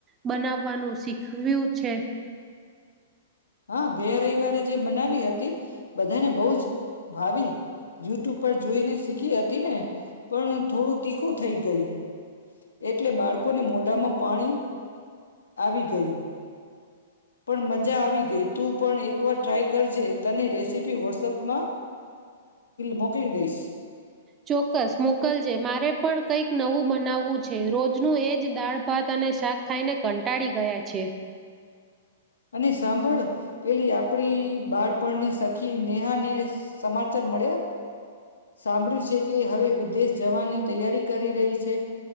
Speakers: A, on the right (about 25°); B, on the left (about 75°).
A: બનાવવાનું શીખવ્યું છે.
B: હા ગયા રવિવારે જે બનાવી હતી બધાને બહુ જ ભાવી યુટ્યુબ પર જોઈને શીખી હતીને પણ થોડું તીખું થઈ ગયું એટલે બાળકોને મોઢામાં પાણી આવી ગયું. પણ મજા આવી. ગ તું પણ એકવાર ટ્રાય કરજે તની રેસીપી વોટ્સઅપમાં મોકલી દઈશ.
A: ચોક્કસ મોકલજે મારે પણ કંઈક નવું બનાવવું છે. રોજનું એજ દાળ ભાત અને શાક ખાઈને કંટાળી ગયા છે.
B: અને સાંભળ પેલી આપણી બાળપણની સખી નેહાને સમાચાર મળ્યા સાંભળ્યું છે કે હવે વિદેશ જવાની તૈયારી કરી રહી છે?